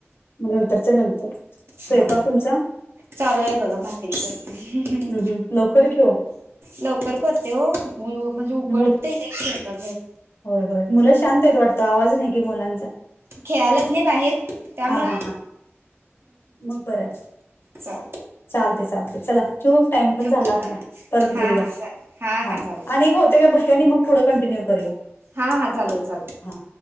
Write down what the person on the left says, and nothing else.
मग नंतरच्या नंतर. स्वयंपाक
तुमचा
हम्म हम्म लवकर कि ओ
मु
होय हो मुलं शांत येत वाटतो आवाज नाही की मुलांचा.
हा हा हा मग बरं आहे
चालते चालते चला जो टाइम पण झाला
आपला परत
बोलूया
हा.
अक होते काय बक्क्यांनी मग पुढं कंटिन्यू करूया.
हा